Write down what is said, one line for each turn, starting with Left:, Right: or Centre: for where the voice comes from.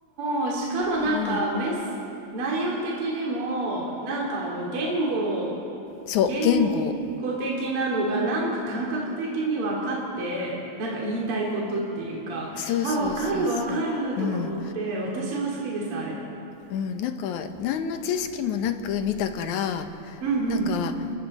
Right: うんうん。しかもなんかメス、
Left: うん
Right: 内容的にも、なんかあの言語、
Left: そう言語
Right: 言語的なのがなんか感覚的に分かって、なんか言いたいことっていうか、
Left: そうそうそうそううん
Right: あ、分かる分かるとか思って、私も好きです、あれ。
Left: うん、なんか何の知識もなく見たから
Right: うんうん。
Left: なんか